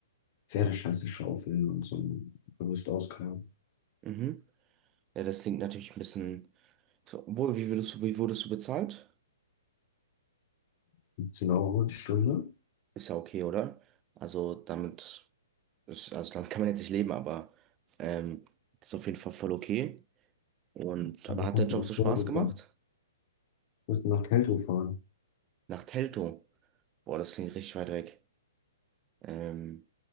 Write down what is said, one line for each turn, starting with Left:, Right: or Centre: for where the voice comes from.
Left: Pferdescheiße schaufeln und so ein Gerüst ausgraben.
Right: Mhm. Ja, das klingt natürlich ein bisschen. So, Obwohl, wie würdest du, wie wurdest du bezahlt?
Left: 15 Euro die Stunde,
Right: Ist ja okay, oder? Also damit ist, also damit kann man jetzt nicht leben, aber ähm, ist auf jeden Fall voll okay. Und
Left: aber
Right: aber hat
Left: musst
Right: der Job
Left: du nach
Right: so Spaß
Left: Porto
Right: gemacht?
Left: fahren. Musst du nach Teltow fahren.
Right: Nach Teltow. Boah, das klingt richtig weit weg. Ähm,